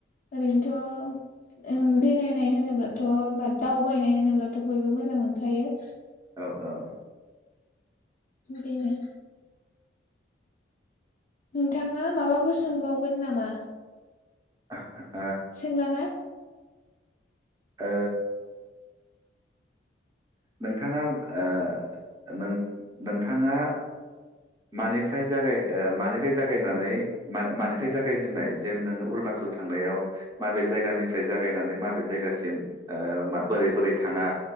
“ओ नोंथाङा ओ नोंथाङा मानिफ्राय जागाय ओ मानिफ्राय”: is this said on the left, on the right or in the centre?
Right